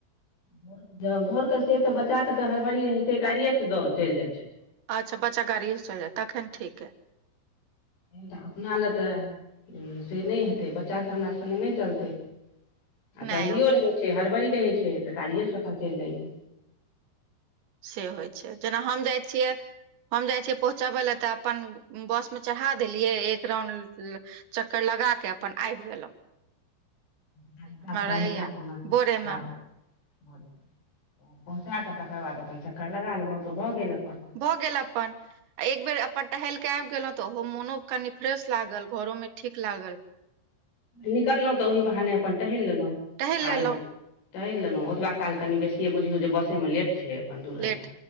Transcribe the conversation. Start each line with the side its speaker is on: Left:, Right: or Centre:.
Left: भोर क जाउ भोरके से तऽ बच्चाे क तऽ हड़बड़ी रहय छै गाड़िए से चलि जाइ छै
Right: अच्छा बच्चा गाड़ीसँ चल जात तखन ठीक यै
Left: उल्टा अपनाल तऽ उ से नय हेतै बच्चा तऽ हमरा सङ्गे नै चलतै आ जल्दिओ
Right: नहि
Left: रहै छै हड़बड़ी रहै छै तऽ गाड़िएसँ अपन चल जाइयए
Right: से होइ छै जेना हम जाइ छियै हम जाइ छियै पहुँचाबे लए तऽ अपन बस में चढ़ा देलियै एक राउंड ल चक्कर लगा के अपन आयब गेलौं
Left: ते सात पढ़
Right: रहैया
Left: सातमे सओ
Right: भोरे मे
Left: <unintelligible> भोरे पहुँचा कऽ तकर बाद अपन चक्कर लगा लेलओ तऽ भऽ गेल अपन
Right: भऽ गेल अपन एक बेर अपन टहेल कै आबि गेलहुँ तऽ ओहो मोनो कनि फ्रेश लागल घरो में ठीक लागल
Left: निकललहुँ तऽ ओही बहाने अपन टहैल लेलौं
Right: टहल
Left: आ
Right: लेलहुँ
Left: तैह लेलहुँ ओतबा काल कनि बेसिए बुझियौ जे बसेमे लेट छै अपन दू रंग
Right: लेट